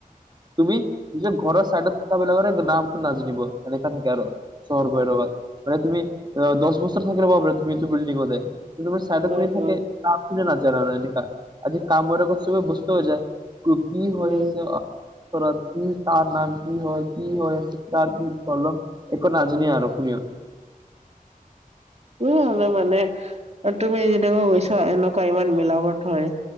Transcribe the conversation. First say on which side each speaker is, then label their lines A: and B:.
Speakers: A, on the right (about 30°); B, on the right (about 45°).
A: তুমি নিজৰ ঘৰৰ চাইডত থকাবিলাকৰে নামটো নাজানিব এনেকা থাকে আৰু। চহৰ ভৈৰৱাল মানে তুমি দহ বছৰ থাকি লবা তুমি সেইটো বিল্ডিংতে। কিন্তু মোৰ চাইড
B: উম,
A: কৰি থাকে
B: উম,
A: তাক কোনে নাজানে আৰু এনেকা। কামবোৰ লগত চবে বস্ত হৈ যায়। কি হৈ
B: উম,
A: আছে অ ঘৰত কি তাৰ নাম কি হয় কি হৈ আছে তাৰ কি কলম একো নাজানেই আৰু কোনেও।
B: উম! মানে-মানে তুমি যেনেকুৱা কৈছা এনেকুৱা ইমান মিলাবত হয়।